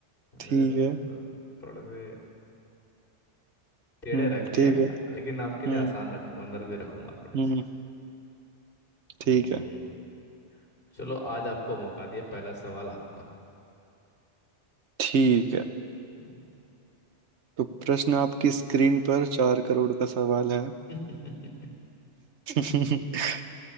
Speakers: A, on the left; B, on the right.
A: मैंने
B: ठीक है
A: अ, थोड़े से टेढ़े
B: हम्म
A: रखे
B: ठीक
A: हैं
B: है
A: लेकिन आपके
B: हम्म
A: लिए आसान रखूंगा अंदर भी रखूंगा थोड़ी
B: हम्म
A: सी
B: ठीक है
A: चलो आज आपको मौका दिया पहला सवाल आपका
B: ठीक है
A: हम्म।
B: तो प्रश्न आपकी स्क्रीन पर चार करोड़ का सवाल
A: <laughs>
B: है <laughs>